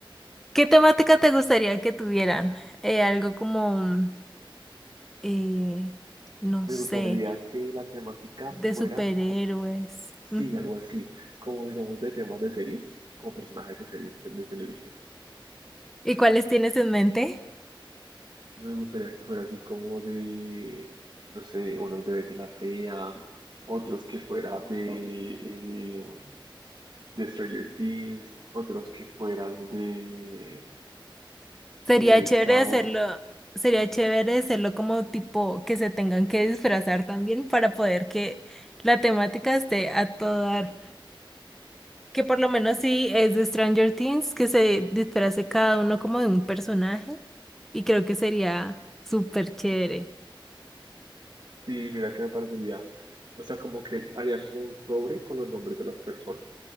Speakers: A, in the centre; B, on the right (about 50°).
A: ¿Qué temática te gustaría que tuvieran? Eh, algo como, eh, no
B: Me
A: sé,
B: gustaría que la temática
A: de
B: fuera,
A: superhéroes.
B: co- sí,
A: Ujú.
B: algo así, como digamos de temas de series, como personajes de series de de televisión.
A: ¿Y cuáles tienes en mente?
B: Me gustaría que fuera así como de, no sé, unos de Betty la Fea, otros que fuera de, eh, de Stranger Things, otros que fueran de
A: Sería
B: El del
A: chévere
B: Chavo.
A: hacerlo, sería chévere hacerlo como tipo que se tengan que disfrazar también para poder que la temática esté a todo dar. Que por lo menos si es de Stranger Things, que se disfrace cada uno como de un personaje y creo que sería súper chévere.
B: Sí, mira que me parecería, o sea, como que haría como un sobre con los nombres de las personas.